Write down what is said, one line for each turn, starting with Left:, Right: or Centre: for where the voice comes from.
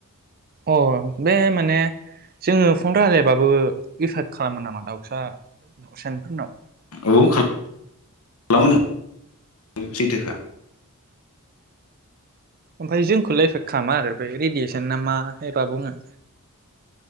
Right: अ बे माने जोङो फन्द रायलायबाबो इफेक्ट खालामो नामा दाउसा दाउ सेनफोरनाव?
Left: औ खालामो नों सैथोखा
Right: ओमफाय जोंखौलार एफेक्ट खालामा आरो बे रेडियेसन ना मा एबा बुङो?